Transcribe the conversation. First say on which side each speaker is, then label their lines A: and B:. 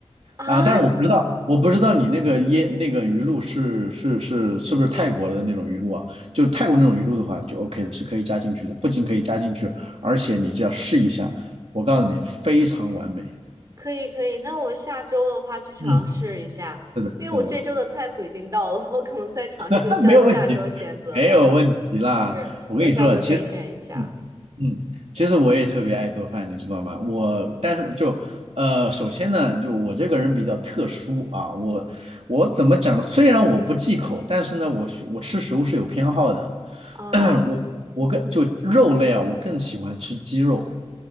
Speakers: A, on the right (about 30°); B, on the right (about 65°).
A: 啊，
B: 啊，但是我不知道，我不知道你那个椰那个鱼露是是是是不是泰国的那种鱼露啊？就泰国那种鱼露的话，就 OK 的，是可以加进去的。不仅可以加进去，而且你只要试一下，我告诉你，非常完美。
A: 可以可以，那我下周的话去尝试一下，
B: 嗯，是的，
A: 因为我这周的菜谱已经到了，
B: 是的。
A: 我可能再尝试就需要下周选择了。
B: <laughs> 没有问题，没有问题啦。
A: 是，
B: 我跟你说，
A: 我下次可以选一下。
B: 其实，嗯嗯，其实我也特别爱做饭，你知道吗？我但是就呃，首先呢，就我这个人比较特殊啊，我我怎么讲呢？虽然我不忌口，但是呢，我是我吃食物是有偏好的。
A: 啊
B: <coughs> <clears throat> 我我更就肉类啊，我更喜欢吃鸡肉，